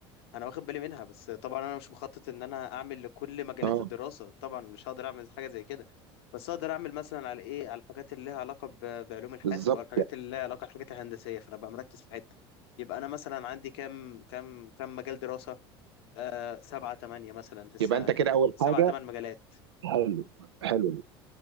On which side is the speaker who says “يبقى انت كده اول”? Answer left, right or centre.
Right